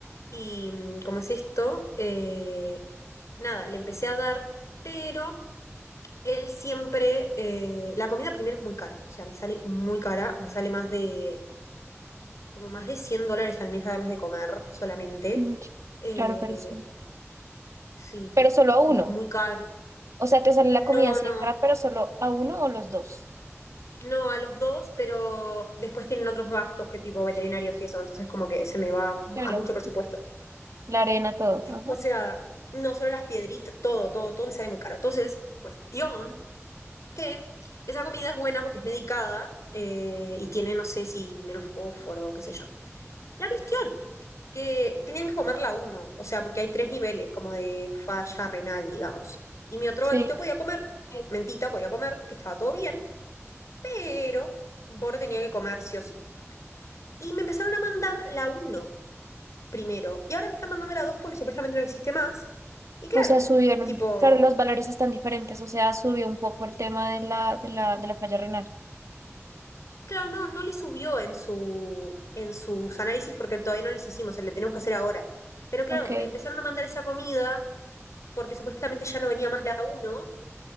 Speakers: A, on the left; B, on the right.
A: Y mm, como es esto, eh, nada, le empecé a dar, pero él siempre, eh, la comida primero es muy cara, o sea, me sale muy cara, me sale más de, como más de 100 dólares al mes a darles de comer solamente.
B: no, ch-
A: Eh,
B: claro, carísimo.
A: sí,
B: Pero solo a uno,
A: y es muy caro.
B: o sea, te sale la
A: No,
B: comida así
A: no,
B: de cara, pero solo a uno o los dos.
A: no a los dos, pero después tienen otros gastos que tipo veterinarios y eso, entonces como que se me va
B: Claro,
A: a mucho presupuesto.
B: la arena, todo. Ajá.
A: O sea, no solo las piedritas, todo, todo, todo me sale muy caro. Entonces, cuestión que esa comida es buena porque es medicada eh, y tiene, no sé si menos fósforo, qué sé yo. La cuestión, que tenían que comerla uno, o sea, porque hay tres niveles como de falla renal, digamos. Y mi otro
B: Sí,
A: gatito podía comer, Ok. mentita podía comer porque estaba todo bien, pero Boro tenía que comer sí o sí. Y me empezaron a mandar la uno. primero. Y ahora me están mandando la 2 porque supuestamente no existe más. Y claro,
B: o sea, subieron.
A: tipo,
B: Claro, los valores están diferentes, o sea, subió un poco el tema de la, de la, de la falla renal.
A: claro, no, no le subió en su, en sus análisis porque todavía no les hicimos, se le tenemos que hacer ahora. Pero claro,
B: Ok,
A: me empezaron a mandar esa comida porque supuestamente ya no venía más la uno